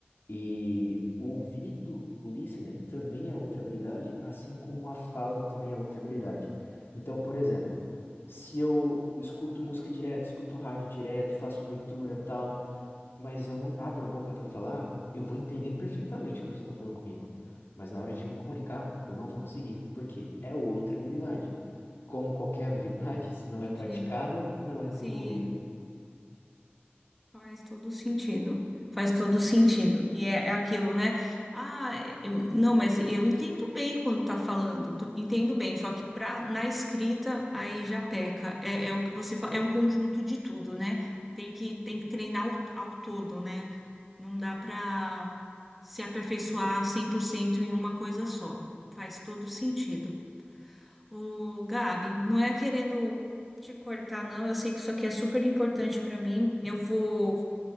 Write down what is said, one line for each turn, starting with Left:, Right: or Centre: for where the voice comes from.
Left: E o ouvido, o listening, também é outra habilidade, assim como a fala também é outra habilidade. Então, por exemplo, se eu escuto música direto, escuto rádio direto, faço leitura, tal, mas eu não abro a boca para falar, eu vou entender perfeitamente o que a pessoa está falando comigo. Mas na hora de me comunicar, eu não vou conseguir, porque é outra habilidade. Como qualquer habilidade, se
Centre: entendi.
Left: não é praticada, não é desenvolvida.
Centre: Sim, faz todo sentido. Faz todo sentido. E é, é aquilo, né? Ah, é- eu- não, mas eu entendo bem quando tá falando, tô- entendo bem, só que pra, na escrita aí já peca. É, é o que você fala, é um conjunto de tudo, né? Tem que, tem que treinar ao, ao todo, né? Não dá para se aperfeiçoar 100% em uma coisa só. Faz todo sentido. Ô, Gabi, não é querendo te cortar, não. Eu sei que isso aqui é super importante para mim. Eu vou